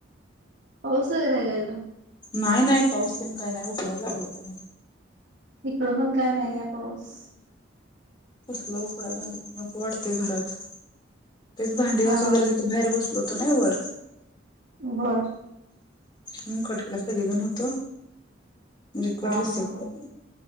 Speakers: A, on the right; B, on the left.
A: पाऊस वगैरे हाय काय तिकडं?
B: नाही नाही, पाऊस तेन काय नाय, उकडायला लागला पण
A: इकडं पण काय नाहीये पाऊस.
B: कसलं उकडायला लागलयं, नको वाटतंय घरात, तेच भांडी
A: हा
B: घासून जरा तिथ बाहेर बस लो होतो नाय वर.
A: बरं.
B: म्हणून कट केला. सगळी जण हुतो. म्हणजे कट
A: हा
B: रिसिव्ह
A: हा हा
B: केल.